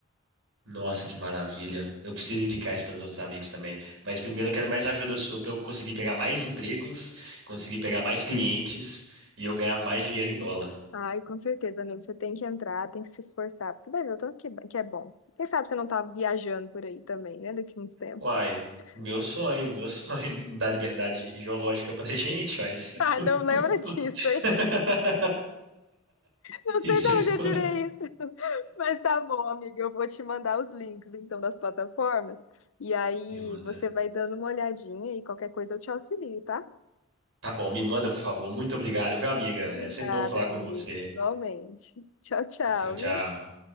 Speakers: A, on the right (about 65°); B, on the left (about 70°).
A: Nossa, que maravilha. Eu preciso indicar isso para os outros amigos também. Mas primeiro eu quero mais ajuda sua para eu conseguir pegar mais empregos, conseguir pegar mais clientes e eu ganhar mais dinheiro em dólar.
B: Ai, com certeza, amigo. Você tem que entrar, tem que se esforçar. Você vai ver o tanto que, que é bom. Quem sabe você não tá viajando por aí também, né, daqui a uns tempos.
A: Uai,
B: <laughs>
A: meu sonho, meu sonho, <laughs> me dar liberdade ge- geológica pra gente, uai, isso é
B: Ah,
A: muito
B: não lembra disso,
A: bom. <laughs>
B: hein? Não sei
A: Isso
B: de onde
A: é bom.
B: eu tirei isso, <laughs> mas tá bom, amiga. Eu vou te mandar os links, então, das plataformas. E aí
A: Me manda.
B: você vai dando uma olhadinha e qualquer coisa eu te auxilio, tá?
A: Tá bom, me manda, por favor. Muito obrigado, viu, amiga?
B: De
A: É sempre
B: nada,
A: bom falar com
B: amigo.
A: você.
B: Igualmente. Tchau, tchau,
A: Tchau, tchau.
B: viu?